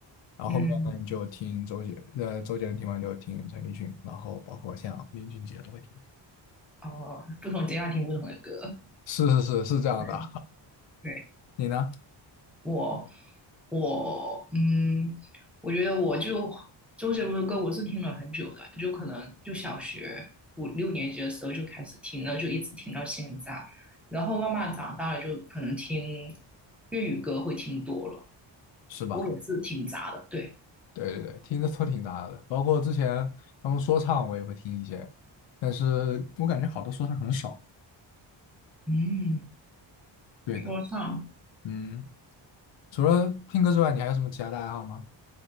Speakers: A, on the left; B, in the centre.
A: 然后后面就听周杰，
B: 嗯，
A: 呃，周杰伦听完就听陈奕迅，然后包括像，林俊杰都会听。
B: 哦，不同阶段听不同的歌，
A: 是是是是这样的，
B: 对对，
A: 你呢？
B: 我我嗯，我觉得我就周杰伦的歌我是听了很久的，就可能就小学五六年级的时候就开始听了，就一直听到现在，然后慢慢长大了就可能听粤语歌会听多了，
A: 是吧？
B: 我也是挺杂的，对，
A: 对对对，听的都挺杂的，包括之前他们说唱我也会听一些，但是我感觉好多说唱很少。
B: 嗯，
A: 对的，
B: 说唱。
A: 嗯，除了听歌之外，你还有什么其他的爱好吗？